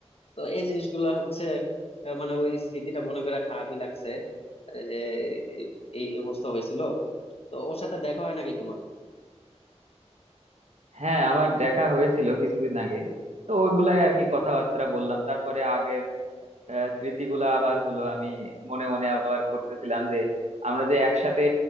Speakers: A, on the left; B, on the right.
A: তো এই জিনিসগুলো হচ্ছে আহ, মানে ওই স্মৃতিটা মনে করে খারাপই লাগছে আহ, যে এই এই অবস্থা হয়েছিল তো ওর সাথে দেখা হয় নাকি তোমার
B: হ্যাঁ আমার দেখা হয়েছিল কিছুদিন আগে তো ওইগুলাই আর কি কথাবার্তা বললাম তারপরে আগে আহ স্মৃতিগুলা আবার হলো আমি মনে মনে আবার করতেছিলাম যে আমরা যে একসাথে